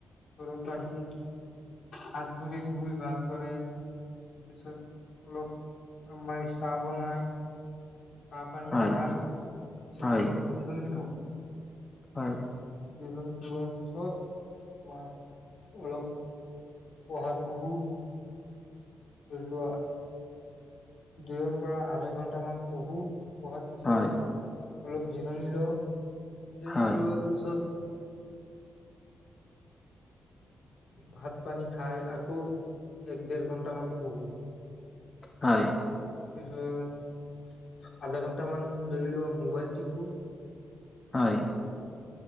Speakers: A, on the left; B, on the left.
A: ঘৰত আহি হাত ভৰি ধুই ভালদৰে পিছত অলপ আম্মায়ে চাহ বনাই। চাহ পানী
B: হয়
A: খাই পিছত
B: হয়
A: অলপ জিৰণি লওঁ।
B: হয়
A: জিৰণি লোৱাৰ পিছত আমাৰ অলপ পঢ়াত বহু। ধৰি লোৱা দুয়ৰ পৰা আঢ়ৈ ঘন্টামান পহোঁ পঢ়াৰ পিছত।
B: হয়
A: অলপ জিৰণি লওঁ। জিৰণী
B: হয়
A: লোৱাৰ পিছত ভাত পানী খাই আকৌ এক ডেৰ ঘন্টামান পঢ়ো।
B: হয়।
A: তাৰ পিছত আধা ঘন্টা মান ধৰি লোৱা মোবাইল টিপু।
B: হয়।